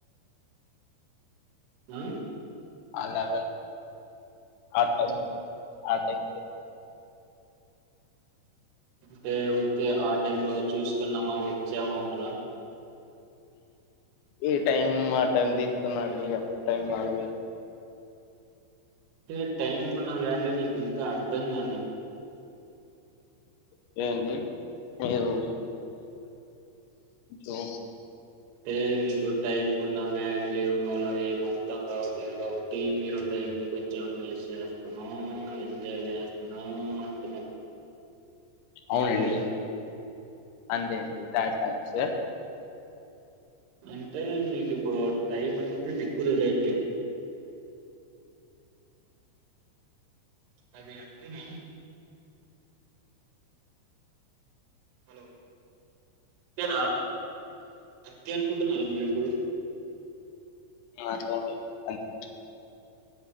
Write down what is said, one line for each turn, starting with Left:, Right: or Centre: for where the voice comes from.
Right: ఆ
Left: ఆ లెవెల్ ఆ టైమ్ ఆ టై
Right: అంటే వచ్చే ఆ టైమ్ లో చూసుకున్నామా వచ్చామా అంటరా
Left: ఏ టైం ఆ టైం తీస్తున్నాండి ఎవరి టైం వాళ్ళే
Right: అంటే టైంకున్న వాల్యూ నీకు ఇంకా అర్ధం కాలే
Left: ఓకే అండి మీరు <unintelligible>
Right: అంటే మీకు టైంకున్న వాల్యూ లేవు అలా ఏం అర్ధం కావట్లేదు కాబట్టి మీరు టైం ని కొంచెం వేస్ట్ చేస్తున్నావ్ ఎంజాయ్ చేస్తున్నావ్ అంటున్నావ్ అంతే
Left: అవునండి
Right: కదా
Left: అంతే అండి <unintelligible>
Right: అంటే మీకు ఇప్పుడు టైం అంటే దిక్కు తెలీట్లేదు అది అంతేనా హలో అంతేనా అంతే అనుకుంటున్నారా మీరిప్పుడు
Left: మాక్సిమం అయితే అంతే